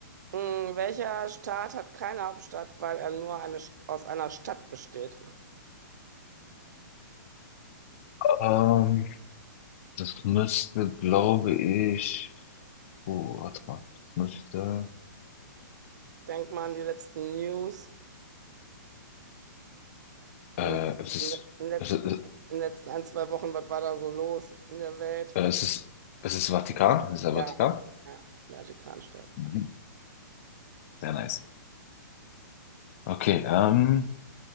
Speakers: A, on the right (about 65°); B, on the left (about 45°).
A: Hm, welcher Staat hat keine Hauptstadt, weil er nur eine, St- aus einer Stadt besteht?
B: Ähm, das müsste, glaube ich. Oh, warte mal. Das müsste.
A: Denk mal an die letzten News.
B: Äh,
A: Hm,
B: es ist.
A: In den in den letzten,
B: Es ist.
A: in den letzten ein, zwei Wochen, was war da so los in der Welt?
B: äh, Es ist. Es ist Vatikan. Es ist der
A: Ja,
B: Vatikan.
A: ja, Vatikanstadt.
B: Mhm. Sehr nice. Okay, ähm,